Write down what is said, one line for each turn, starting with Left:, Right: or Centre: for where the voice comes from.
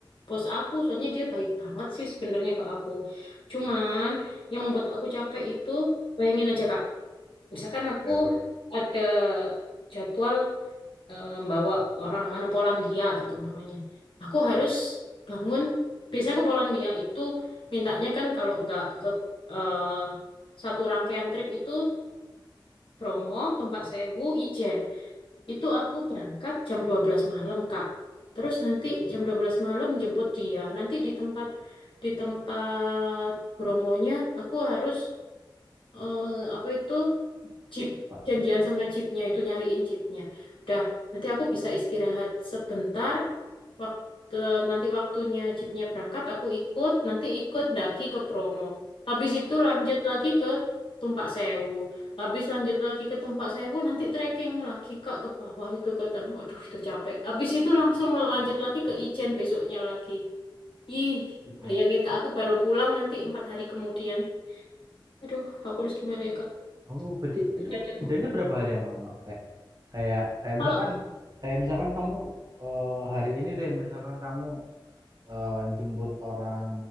Left: bos aku, soalnya dia baik banget sih sebenarnya ke aku. Cuman yang membuat aku capek itu, bayangin aja Kak, misalkan
Right: Nah, betul.
Left: aku ada jadwal eh, membawa orang mana Polandia gitu umpamanya. Aku harus bangun, biasanya ke Polandia itu mintanya kan kalau nggak ke eh, satu rangkaian trip itu Bromo, Tumpak Sewu, Ijen. Itu aku berangkat jam 12 malam, Kak. Terus nanti jam 12 malam jemput dia. Nanti di tempat di tempat promonya aku harus eh, apa itu? chip
Right: Apa?
Left: janjian sama chipnya itu nyariin chipnya. dah nanti aku bisa istirahat sebentar. Waktu nanti waktunya chipnya berangkat, aku ikut. Nanti ikut daki ke promo. Habis itu lanjut lagi ke Tumpak Sewu. Habis lanjut lagi ke Tumpak Sewu, nanti trekking lagi Kak ke bawah itu ke Tanu. Aduh, itu capek. Habis itu langsung lanjut lagi ke Ijen besoknya lagi. Ih,
Right: Ah,
Left: bayangin Kak, aku baru pulang nanti empat hari kemudian. Aduh, aku harus gimana ya Kak?
Right: Oh, berarti
Left: Terkadang.
Right: itu jedanya berapa hari emang, no, Rek? Kayak kayak
Left: Kalau
Right: misalkan kayak misalkan kamu eh, hari ini deh, misalkan kamu eh, jemput orang